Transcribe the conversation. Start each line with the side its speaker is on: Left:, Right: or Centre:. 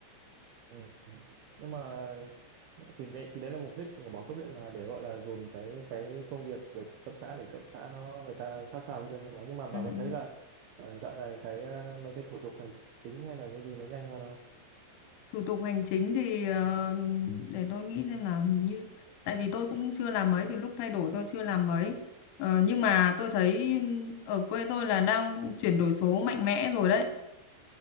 Right: ừ. ừ. nhưng mà nhưng- thì đấy thì đấy là mục đích của bỏ cấp huyện mà để gọi là dồn cái cái công việc về cấp xã để cấp xã nó người ta sát sao với dân không ạ nhưng mà bà
Left: ừ,
Right: có
Left: ừ.
Right: thấy là ờ, dạo này cái ờ, mấy cái thủ tục hành chính hay là cái gì nó nhanh hơn không
Left: thủ tục hành chính thì ờ, để tôi nghĩ xem là hình như tại vì tôi cũng chưa làm mấy từ lúc thay đổi tôi chưa làm mấy Ờ, nhưng mà tôi thấy ở quê tôi là đang chuyển đổi số mạnh mẽ rồi đấy